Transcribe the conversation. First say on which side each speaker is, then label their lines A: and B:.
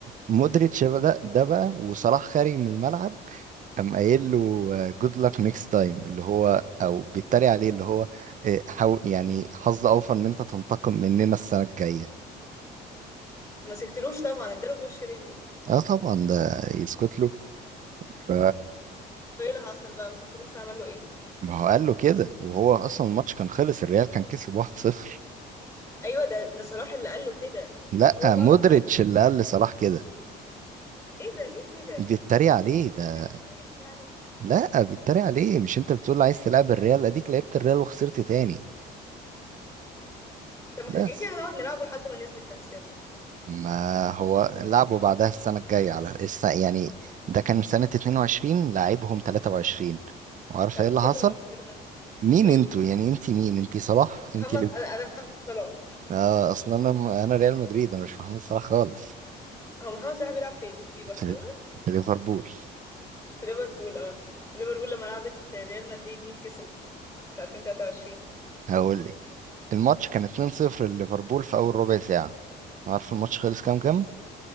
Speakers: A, on the right; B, on the left.
A: مودريتش بدأ ده بقى وصلاح خارج من الملعب قام قايل له جود luck نيكست تايم اللي هو او بيتريق عليه اللي هو آه، حاول يعني حظ اوفر ان انت تنتقم مننا السنة الجاية
B: ما مسكتلوش طبعا اداله بوش رجله
A: اه طبعا ده يسكت له ف
B: <laughs> وايه اللي حصل بقى ما مسكتلوش وعمل له ايه
A: ما هو قال له كده وهو اصلا الماتش كان خلص الريال كان كسب 1-0
B: ايوه ده ده صلاح اللي قال له كده
A: لا
B: هو بقى
A: مودريتش
B: رد عليه بايه
A: اللي قال لصلاح كده
B: ايه ده ليه كده
A: بيتريق عليه
B: وعشان
A: ده
B: وش رجله كويس يعني
A: لا بيتريق عليه مش انت بتقول عايز تلعب الريال اديك لعبت الريال وخسرت تاني
B: طب ما
A: بس
B: احنا كده كده هنقعد نلعبه لحد ما نثبت نفسنا
A: ما هو لعبه بعدها السنة الجاية على الس... يعني ده كان سنة 22 لعبهم 23 وعارف
B: طب
A: ايه
B: وكسبنا
A: اللي حصل
B: ولا خسرنا
A: مين
B: ايه
A: انتوا يعني انت مين انت صلاح
B: محمد
A: انت
B: انا انا محمد صلاح
A: آه، اصل انا انا ريال مدريد انا مش محمد صلاح خالص
B: هو محمد صلاح بيلعب في في برشلونة
A: في في ليفربول
B: في ليفربول اه وليفربول لما لعبت ريال مدريد مين كسب في 2023
A: هقول لك الماتش كان 2-0 لليفربول في اول ربع ساعة عارف الماتش خلص كام كام